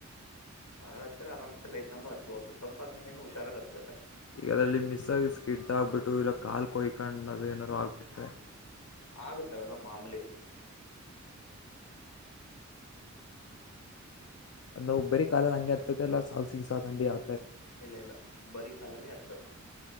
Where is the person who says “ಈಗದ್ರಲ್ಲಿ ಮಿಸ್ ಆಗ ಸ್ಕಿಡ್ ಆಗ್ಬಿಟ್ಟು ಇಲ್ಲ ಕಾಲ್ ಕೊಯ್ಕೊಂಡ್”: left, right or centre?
Left